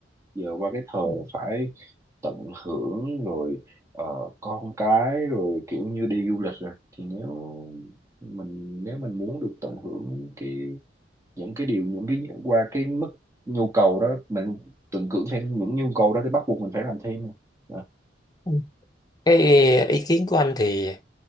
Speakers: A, on the right; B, on the left.
A: giờ qua cái thời
B: ừ.
A: là phải tận hưởng rồi ờ, con cái rồi kiểu như đi du lịch rồi thì nếu mình nếu mình muốn được tận hưởng cái những cái điều những cái qua cái mức nhu cầu đó mình tưởng tượng thêm những nhu cầu đó thì bắt buộc mình phải làm thêm Dạ.
B: ừ. Cái ý kiến của anh thì